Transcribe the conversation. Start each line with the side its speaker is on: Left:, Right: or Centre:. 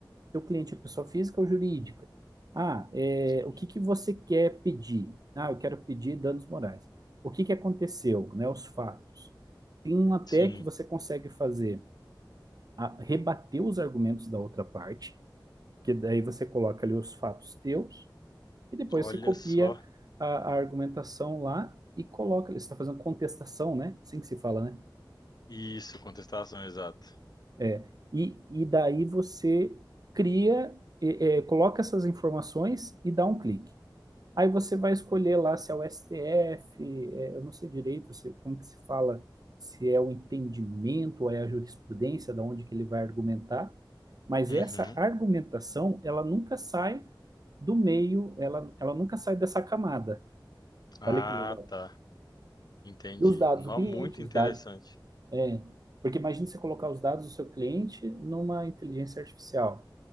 Right: Teu cliente é pessoa física ou jurídica? Ah, eh,
Left: sim,
Right: o que que você quer pedir? Ah, eu quero pedir danos morais. O que que aconteceu, né? Os fatos. Tem um até
Left: sim.
Right: que você consegue fazer, a- rebater os argumentos da outra parte, que daí você coloca ali os fatos teus, e depois
Left: Olha
Right: você copia
Left: só.
Right: a, a argumentação lá e coloca ali. Você está fazendo contestação, né? Assim que se fala, né?
Left: Isso, contestação exata.
Right: É, e, e daí você cria, é, é, coloca essas informações e dá um clique. Aí você vai escolher lá se é o STF, é, eu não sei direito se, como que se fala, se é o entendimento ou é a jurisprudência, da onde que ele vai argumentar, mas
Left: Uhum.
Right: essa argumentação, ela nunca sai do meio, ela, ela nunca sai dessa camada.
Left: Ah,
Right: Olha que legal.
Left: tá. Entendi.
Right: E os dados
Left: Nó
Right: do cliente,
Left: muito
Right: os
Left: interessante.
Right: dados, é, porque imagina você colocar os dados do seu cliente numa inteligência artificial.